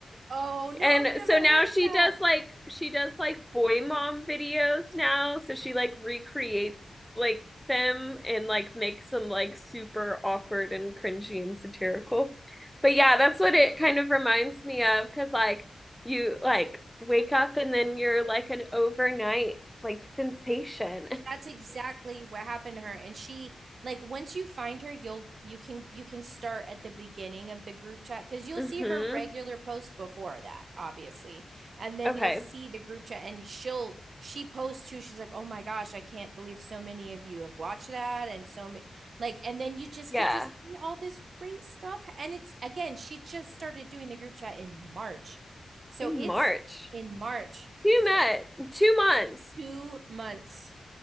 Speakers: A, on the right; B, in the centre.
A: Oh, no,
B: And
A: I've never
B: so now
A: heard
B: she
A: of that.
B: does like she does like boy mom videos now. So she like recreates like them and like makes them like super awkward and cringy and satirical. But yeah, that's what it kind of reminds me of because like you like wake up and then you're like an overnight like sensation.
A: That's exactly what happened to her. And she like once you find her, you'll you can you can start at the beginning of the group chat because you'll
B: Mm-hmm.
A: see her regular post before that, obviously. And then
B: Okay.
A: you'll see the group chat and she'll she posts too. She's like, "Oh my gosh, I can't believe so many of you have watched that and so many like and then you just
B: Yeah.
A: get to see all this great stuff. And it's again, she just started doing the group chat in March. So
B: In
A: it's
B: March.
A: in March.
B: Two
A: So
B: met two months
A: two months.